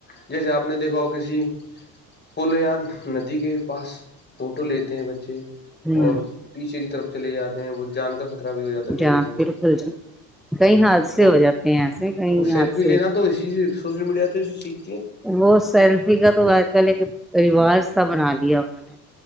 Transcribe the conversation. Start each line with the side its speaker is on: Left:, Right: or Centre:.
Left: جیسے آپ نے دیکھا ہو کسی پل یا ندی کے پاس فوٹو لیتے ہیں بچے
Centre: ہ
Left: اور نچے کی طرف چلے جاتے ہیں وہ جان کا خطر بھی ہو جاتا ہے
Centre: جاں
Left: کئی لوگوں کو
Centre: بالکل جی کئی حادثے
Left: تو
Centre: ہو جاتے ہیں ایسے کئی
Left: سیلفی
Centre: حادثے
Left: لینا تو اسی سے سوشل میڈیا پہ سیکھ
Centre: وہ سیلفی کا تو آج کل ایک رواج سا بنا لیا انہوں نے